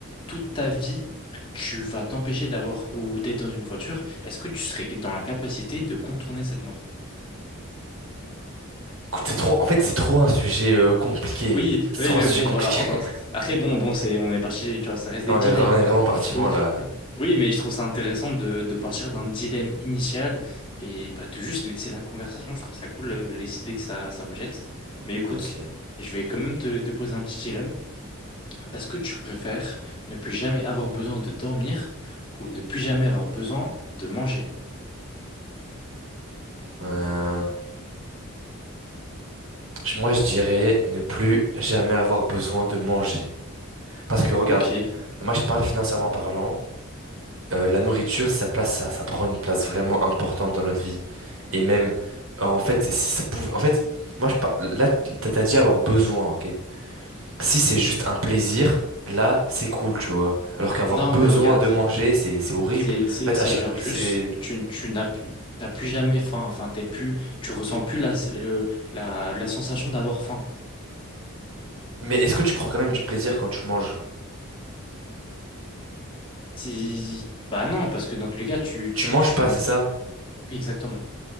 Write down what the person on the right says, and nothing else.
Écoute, c'est trop, en fait, c'est trop un sujet euh, compliqué.
C'est
trop
un sujet
compliqué.
<laughs>
On
est, vra- on est vraiment parti
loin là.
Ok.
Euh, je- moi, je dirais ne plus jamais avoir besoin de manger. Parce que regarde,
moi, je parle financièrement parlant. euh, la nourriture, ça place, ça, ça prend une place vraiment importante dans notre vie. Et même, euh, en fait, si ça pouvait, en fait, moi, je par- là, t'as t'as dit avoir besoin, ok? Si c'est juste un plaisir, là, c'est cool, tu vois. Alors qu'avoir
besoin
de manger, c'est c'est horrible.
En fait,
à cha-
c'est.
Mais est-ce que tu prends quand même du plaisir quand tu manges?
Tu
manges
pas,
c'est ça?